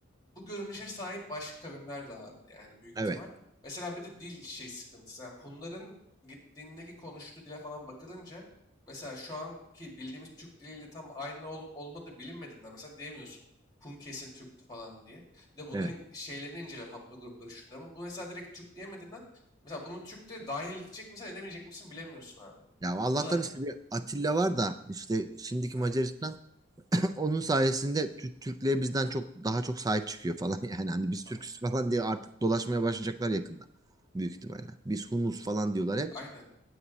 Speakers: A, on the left; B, on the right.
A: bu görünüşe sahip başka kavimler de vardı yani büyük
B: Evet.
A: ihtimal. Mesela bir de dil şey sıkıntısı. Yani Hunların gittiğindeki konuştuğu dile falan bakılınca mesela şu anki bildiğimiz Türk diliyle tam aynı olup olmadığı bilinmediğinden mesela diyemiyorsun. Hun kesin Türktü falan diye. Bir de bunların
B: Evet.
A: şeylerini inceliyor haplogrupları şunları ama bu mesela direkt Türk diyemediğinden mesela bunun Türk de dahil edecek misin edemeyecek misin bilemiyorsun abi.
B: Ya Allah'tan
A: Ya da
B: işte bir Atilla var da işte şimdiki
A: evet
B: Macaristan <clears throat> <laughs> onun sayesinde Tü- Türklere bizden çok daha çok sahip çıkıyor falan <laughs> yani hani biz
A: tamam
B: Türküz falan diye artık dolaşmaya başlayacaklar yakında büyük ihtimalle. Biz Hunus falan diyorlar hep.
A: aynen.